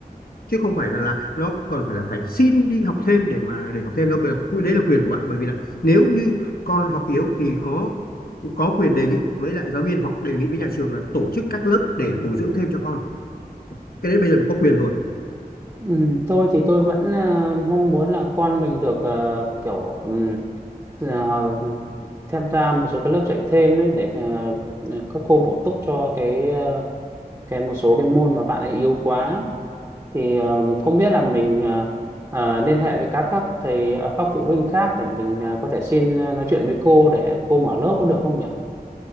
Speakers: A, on the left (about 70°); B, on the right (about 20°).
A: chứ không phải rằng là nó còn phải là phải xin đi học thêm để mà để học thêm đâu bởi- đấy là quyền của bạn bởi vì là nếu như con học yếu thì có có quyền đề nghị với lại giáo viên hoặc đề nghị với nhà trường là tổ chức các lớp để bồi dưỡng thêm cho con cái đấy bây giờ có quyền rồi
B: Ừm, tôi thì tôi vẫn ờ, mong muốn là con mình được ờ, kiểu ừm, ờ, tham gia một số cái lớp dạy thêm đấy để ờ, các cô bổ túc cho cái cái một số cái môn mà bạn ấy yếu quá thì ờ, không biết là mình ờ, ờ, liên hệ với các các thầy ờ, các phụ huynh khác để mình ờ, có thể xin ờ, nói chuyện với cô để cô mở lớp có được không nhỉ?